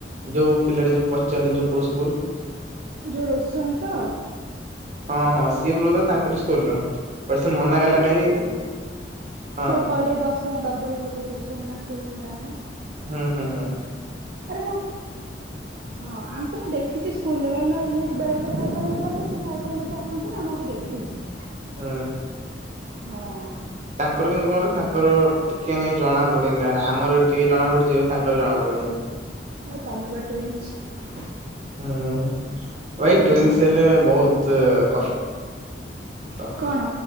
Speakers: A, on the right; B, on the right.
A: ଯୋଉ ପିଲାଟ ଯୋଉ ପଚାରିଲେ ଯୋଉ କୋଉ ସ୍କୁଲ
B: ଜୋଉ ରୋସନ ତ
A: ହଁ ହଁ ସିଏ ବୃଦ୍ଧ ତାଙ୍କର ସ୍କୁଲ ର ବ ସେ
B: ହଁ
A: ମନା
B: ଆରେ
A: କଲା କାହିଁକି ହଁ
B: ସିଏ କହିଲେ ଦଶମ ଦବ ବର୍ଷ ରଷ ନା ସଉଟ ନା
A: ହୁଁ ହୁଁ ହଁ।
B: ଆରେ ମୁ ହଁ ଆଙ୍କୁ ମୁଁ ଦେଖିଛି ସ୍କୁଲରେ କ ଏ ବେଳେବେଳେ ସାଇକେଲ ନେଇକି ଆସିବ ସୋଇକଲ ନେଇକି ଆସନ୍ତି ନା ଆମକୁ ଦେଖିଛି।
A: ହୁଁ
B: ହଁ
A: ତାଙ୍କର କିନ୍ତୁ କଣ କ ତା ତାର ଟିକେ ନାଇ ଜଣା ପଡିନ୍ ଆମର ଟିକେ ଜଣା ପଡିଯିବ ତାଙ୍କର ଜଣା ପଡିବନି।
B: ଆଉ ତମେ ବା ଟୁଇଁ। <unintelligible>
A: ହୁଁ ଭାଇ
B: ଉଁ
A: ଟୁଇନସ ହେଲେ ବହୁତ। କଷ୍ଟ
B: କଣ